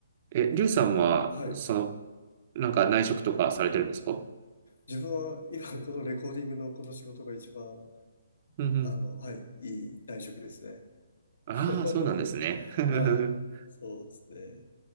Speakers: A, on the right; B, on the left.
A: え、リュウさんは、
B: いや、はい。
A: その、なんか内職とかされてるんですかうん
B: 自分は今このレコーディングのこの仕事が一番、
A: うん。
B: あの、はい、いい内職ですね。
A: ああ、
B: <laughs>
A: そうなんですね。<laughs>
B: はい。そうですね。